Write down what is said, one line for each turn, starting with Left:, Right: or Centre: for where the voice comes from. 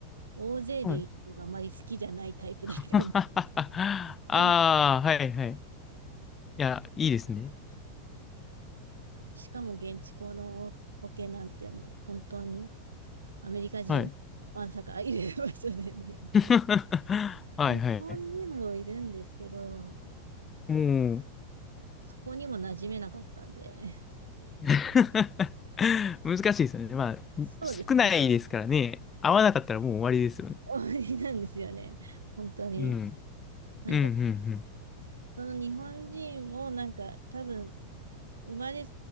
Right: 大勢でいるのがあまり好きじゃないタイプだったん
Left: お、はい。<laughs> ああ、
Right: で
Left: はいはい。いや、いいですね。
Right: しかも現地校のオケなんてもう本当にアメリカ人わんさかいる場所でみたいな感じ。
Left: はい。<laughs> はいはい。
Right: で日本人もいるんですけど、
Left: おお。
Right: そこにも馴染めなかったんで、
Left: <laughs> 難しいですよね。まあ、
Right: そうですね。
Left: 少ないですからね。
Right: <laughs>
Left: 合わなかったらもう終わりですよね。
Right: 終わりなんですよね。本当に。
Left: うん。
Right: なんか、
Left: うんうん
Right: その日本人もなんか多分生まれ、